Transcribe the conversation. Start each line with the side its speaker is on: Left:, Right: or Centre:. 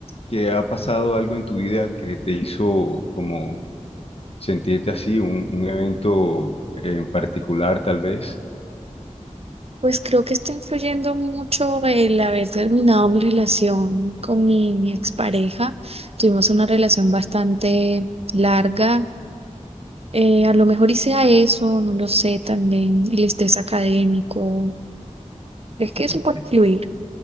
Left: que ha pasado algo en tu vida que te hizo como sentirte así, un, un evento en particular tal vez?
Right: Pues creo que está influyendo mucho el haber terminado mi relación con mi, mi expareja. Tuvimos una relación bastante larga. Eh, a lo mejor hice a eso, no lo sé, también el estrés académico. Es que eso
Left: Ok.
Right: puede influir.